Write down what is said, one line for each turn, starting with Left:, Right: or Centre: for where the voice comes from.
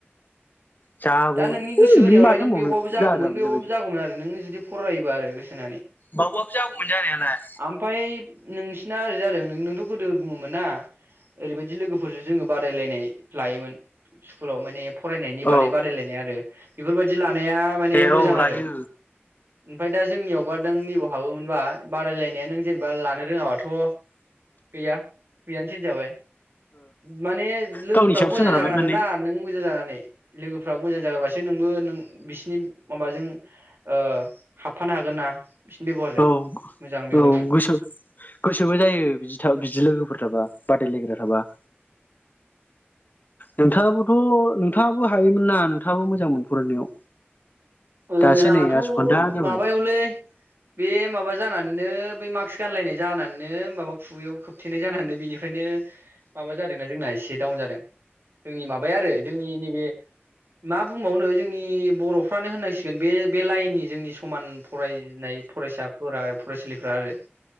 Left: जागौ
Right: दा नोंनि गोसो होनायावलाय
Left: माथो
Right: नों
Left: होनबावनो
Right: बैयावबाबो जागौमोन
Left: जाजाबाय
Right: बैयावबाबो
Left: जाबाय
Right: जागौमोन आरो नोङो जुदि फरायोबा आरो गोसो होनानै।
Left: बावबाबो जागौमोन जानायालाय।
Right: ओमफाय नोंसिना ओरै जादों नों-नोंथ गोदो बुङोमोन ना ओरैबायदि लोगोफोरजों जोङो बादायलायनाय लायोमोन स्कुलाव माने फरायनायनि
Left: औ
Right: बादै बादायलायनाय आरो बेफोरबायदि ला नाया
Left: दे
Right: माने मोजां
Left: औ
Right: आरो।
Left: लायो
Right: ओमफाय दा जोंनियावबा नों नैबाव हाबोमोनबा बादायलाय नायानो जेनेबा लानो रोङाबाथ' गैया गैयानसै होनजाबाय। माने लोगोफ्राबो
Left: गावनि सायाव
Right: मोजां
Left: सोनारबाय
Right: जागोरनांगोन
Left: माने
Right: ना नों मोजां जानानै। लोगोफ्रा मोजां जाग्रोबासो नोंबो नों बिसिनि माबाजों ओह हाबफानो हागोन ना। बिसिनि बेब'हारजों
Left: औ
Right: मोजां बेब'हारजों
Left: औ गोसो-गोसोबो जायो बिदि थाब बिदि लोगोफोर थाबा बादायलायग्रा थाबा। नोंथाङाबोथ नोंथाङाबो हायोमोन ना नोंथाङाबो मोजांमोन फरायनायाव।
Right: मोजाङाथ
Left: दासो नै
Right: बे
Left: आस'खान्दा जाबाय
Right: माबायावलै बे माबा जानानैनो बै मास्क गानलायनाय जानानैनो माबा खुगायाव खोबथेनाय जानानैनो बेनिफ्रायनो माबा जादोंना जोंना एसे दाउन जादों। जोंनि माबाया आरो जोंनि नैबे मा बुंबावनो जोंनि बर'फ्रानो होननांसि गोन बे बे लाइननि जि जोंनि समान फरायनाय फरायसाफोरा फरायसालिफ्रा आरो।